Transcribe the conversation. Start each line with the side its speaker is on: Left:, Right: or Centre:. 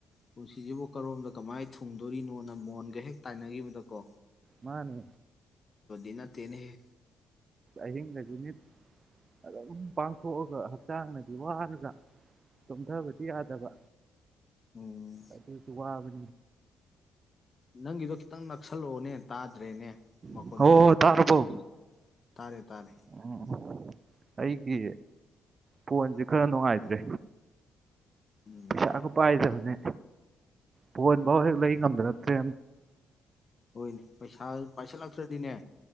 Left: ꯄꯨꯟꯁꯤꯁꯤꯕꯨ ꯀꯔꯣꯝꯗ ꯀꯃꯥꯏꯅ ꯊꯨꯡꯗꯣꯔꯤꯅꯣꯅ ꯃꯣꯟꯒ ꯍꯦꯛ ꯇꯥꯏꯅꯈꯤꯕꯗꯀꯣ
Right: ꯃꯥꯅꯦ
Left: ꯏꯟꯅ ꯇꯅ ꯍ
Right: ꯑꯍꯤꯡꯗꯒꯤ ꯃꯤꯠ ꯑꯗꯨꯝ ꯄꯥꯡꯊꯣꯛꯑꯒ ꯍꯛꯆꯥꯡꯅꯗꯤ ꯋꯥꯔꯒ ꯇꯣꯝꯊꯕꯗꯤ ꯌꯥꯗꯕ
Left: ꯎꯝ
Right: ꯑꯗꯨꯁꯨ ꯋꯥ ꯎꯦ
Left: ꯅꯪꯒꯤꯗꯣ ꯈꯤꯇꯪ ꯅꯛꯁꯜꯂꯛꯑꯣꯅꯦ ꯇꯥꯗ꯭ꯔꯦꯅꯦ ꯃꯈꯣꯟꯗꯣ
Right: ꯃꯨꯛ ꯑꯣ ꯇꯥꯔꯕꯣ
Left: ꯎꯝ ꯇꯥꯔꯦ ꯇꯥꯥꯔꯦ
Right: ꯎꯝ ꯑꯩꯒꯤ ꯐꯣꯟꯁꯦ ꯈꯔ ꯅꯨꯡꯉꯥꯏꯇ꯭ꯔꯦ
Left: ꯎꯝ
Right: ꯄꯩꯁꯥꯒ ꯄꯥꯏꯗꯕꯅꯦ ꯄꯟꯕ ꯍꯦ ꯂꯩ ꯉꯝꯗꯅ ꯀ
Left: ꯍꯣꯏꯅꯦ ꯄꯩꯁꯥ ꯄꯩꯁꯥ ꯂꯥꯛꯇ꯭ꯔꯗꯤꯅꯦ